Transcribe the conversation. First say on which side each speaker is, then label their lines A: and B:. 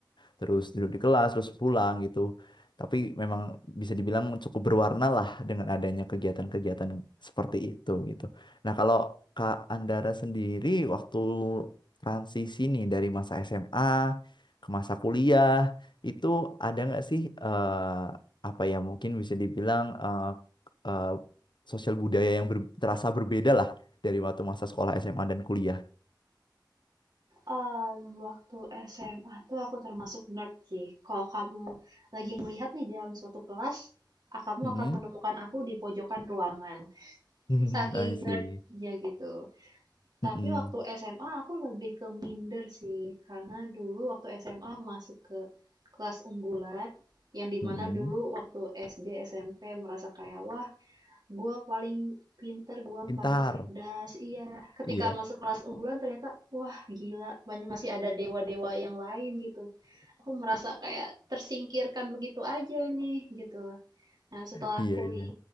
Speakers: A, on the left; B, on the right.
A: terus duduk di kelas terus pulang gitu tapi memang bisa dibilang cukup berwarna lah dengan adanya kegiatan-kegiatan seperti itu gitu nah kalau Kak Andara sendiri waktu transisi nih dari masa SMA ke masa kuliah itu ada nggak sih eh, apa ya mungkin bisa dibilang eh, eh, sosial budaya yang ber- terasa berbeda lah dari waktu masa sekolah SMA dan kuliah
B: Mmm, waktu SMA tuh aku termasuk nerd sih. Kalau kamu lagi melihat nih dalam suatu kelas, ah, kamu
A: Mm-mm.
B: akan menemukan aku di pojokan ruangan.
A: <laughs>
B: Saking
A: I see.
B: nerd-nya gitu.
A: Mm-mm.
B: Tapi waktu SMA aku lebih ke minder sih, karena dulu waktu SMA masuk ke kelas unggulan, yang dimana
A: Mm-mm.
B: dulu waktu SD, SMP merasa kayak, wah, gue paling pinter, gue
A: Pintar.
B: paling cerdas, iya. Ketika
A: Iya,
B: masuk kelas unggulan ternyata, wah, gila, banyak masih ada dewa-dewa yang lain gitu. Aku merasa kayak tersingkirkan begitu aja nih, gitu. Nah,
A: <laughs>
B: setelah
A: iya,
B: kuliah,
A: iya.